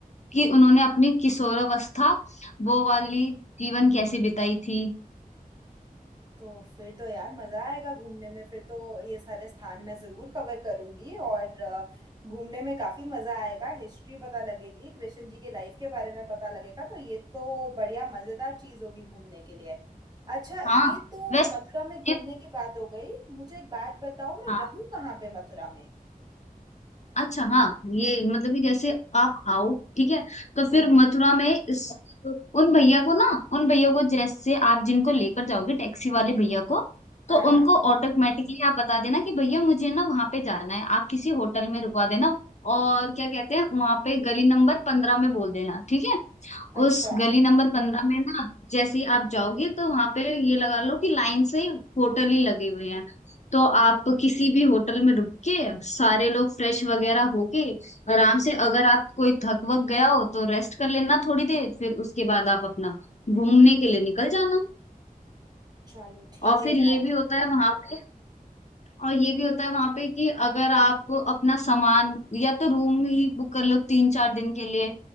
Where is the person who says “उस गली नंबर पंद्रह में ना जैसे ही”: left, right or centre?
Left